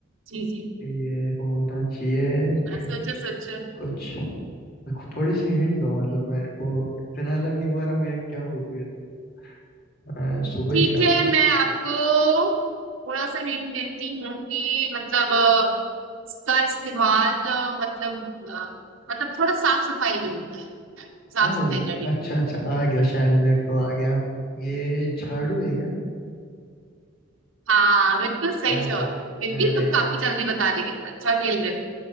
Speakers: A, on the right (about 80°); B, on the left (about 50°).
A: जी
B: ये होना चाहिए
A: हाँ, सोचो सोचो
B: कुछ थोड़ी सी हिंट दो मतलब मेरे को इतना लग नहीं पा रहा मैं क्या बोलूँ ये तो अ, सुबह
A: ठीक
B: शाम
A: है मैं आपको थोड़ा सा हिंट देती हूँ कि मतलब अ, इसका इस्तेमाल अ, मतलब अ, मतलब थोड़ा साफ सफाई में होता है साफ
B: आह,
A: सफाई करने में।
B: अच्छा अच्छा आ गया शायद मेरे को आ गया ये झाड़ू है क्या
A: हाँ बिल्कुल सही
B: अरे
A: जवाब बिल्कुल
B: अरे
A: तुम काफी जल्दी बता लिए अच्छा खेल रहे हो